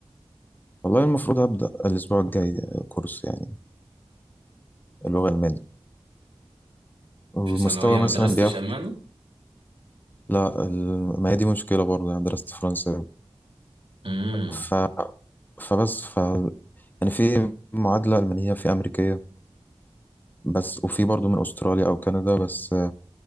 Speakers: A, on the left; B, on the right.
A: والله المفروض هبدا الاسبوع الجاي كورس يعني اللغه الالمانيه والمستوى
B: في ثانوية
A: مثلا
B: ما درستش
A: بياخد
B: ألماني؟
A: لا ال- ما هي دي مشكله برضه يعني درست فرنسا
B: امم
A: ف... فبس ف يعني في معادله المانيه في امريكيه بس وفي برضه من استراليا او كندا بس